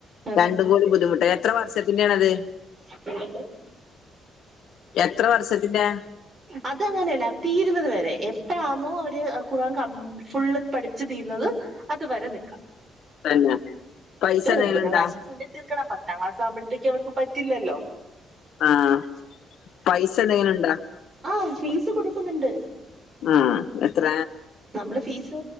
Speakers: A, on the left (about 70°); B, on the right (about 20°).
A: രണ്ടും
B: സ്കൂളിൽ
A: കൂടി ബുദ്ധിമുട്ട് എത്ര വർഷത്തിന്റെയാണത്
B: <unintelligible>
A: എത്ര വർഷത്തിന്റെ
B: അതങ്ങനെയല്ല തീരുന്നത് വരെ എപ്പഴാണോ അവര് കുറആൻ ക ഫുള്ള് പഠിപ്പിച്ച അത് വരെ നിക്കാം
A: തന്നെ പൈസ എന്തെങ്കിലും
B: ഒമ്പതാം
A: ഇണ്ടാ
B: ക്ലാസിന് മുന്നേ തീർക്കണം പത്താം ക്ലാസ്സാകുമ്പോഴേത്തേക്ക് അവർക്ക് പറ്റില്ലല്ലോ
A: ആഹ പൈസ എന്തെങ്ങലും ഉണ്ടോ
B: ആഹ് ഫീസ് കൊടുക്കുന്നുണ്ട്
A: ആഹ് എത്ര
B: നമ്മള് ഫീസ്